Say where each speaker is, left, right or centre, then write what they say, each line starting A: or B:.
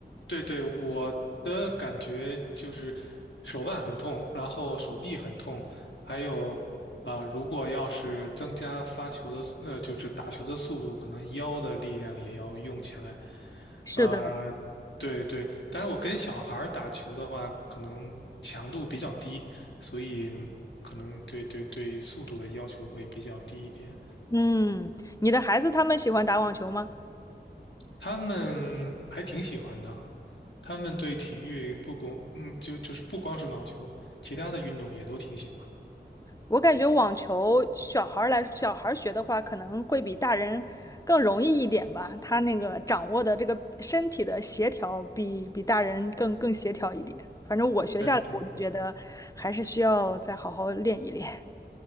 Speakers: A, on the left (about 80°); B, on the left (about 20°).
A: 对对，我的感觉就是手腕很痛，然后手臂很痛，还有啊、如果要是增加发球的速呃，就是打球的速度，可能腰的力量也要用起来。
B: 是的。
A: 啊、对对，但是我跟小孩儿打球的话，可能强度比较低，所以可能对对对速度的要求会比较低一点，
B: 嗯，你的孩子他们喜欢打网球吗？
A: 他们还挺喜欢的。他们对体育不光，嗯，就就是不光是网球，其他的运动也都挺喜欢。
B: 我感觉网球小孩儿来，小孩儿学的话，可能会比大人更容易一点吧。他那个掌握的这个身体的协调比，比大人更更协调一点。反正我学下来，
A: 对对对
B: 我就觉得还是需要再好好练一练。<laughs>